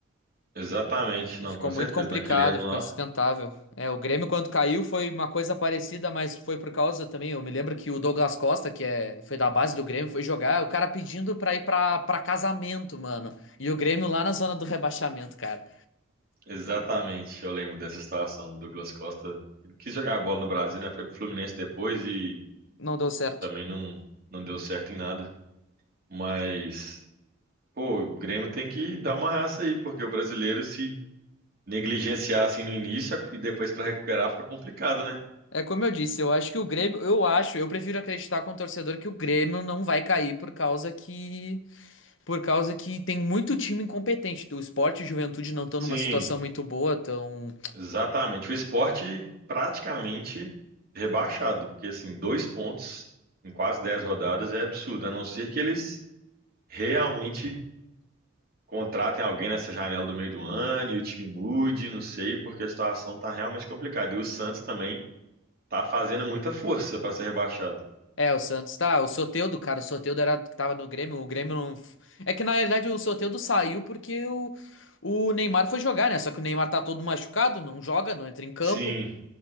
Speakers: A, on the right; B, on the left.
A: Exatamente, não,
B: Ficou
A: com
B: muito
A: certeza.
B: complicado,
A: Naquele ano
B: ficou
A: lá,
B: insustentável. É, o Grêmio quando caiu foi uma coisa parecida, mas foi por causa também. Eu me lembro que o Douglas Costa, que é, foi da base do Grêmio, foi jogar, o cara pedindo pra ir pra, pra casamento, mano. E o Grêmio lá na zona do rebaixamento, cara.
A: exatamente, eu lembro dessa situação. O Douglas Costa ele quis jogar a bola no Brasil, né? Foi pro Fluminense depois e
B: Não deu certo.
A: também não, não deu certo em nada. Mas, pô, o Grêmio tem que dar uma raça aí, porque o brasileiro se negligenciar assim no início e depois pra recuperar fica complicado, né?
B: É como eu disse, eu acho que o Grêmio, eu acho, eu prefiro acreditar como torcedor que o Grêmio não vai cair por causa que, por causa que tem muito time incompetente. O Sport e o Juventude não estão
A: Sim,
B: numa situação muito boa, estão
A: exatamente. O esporte praticamente rebaixado, porque assim, dois pontos em quase dez rodadas é absurdo, a não ser que eles realmente Contratem alguém nessa janela do meio do ano e o time mude, não sei, porque a situação tá realmente complicada. E o Santos também tá fazendo muita força para ser rebaixado.
B: É, o Santos tá. O Soteldo, cara, o Soteldo era que tava no Grêmio. O Grêmio não. É que na realidade o Soteldo saiu porque o, o Neymar foi jogar, né? Só que o Neymar tá todo machucado, não joga, não entra em campo.
A: Sim,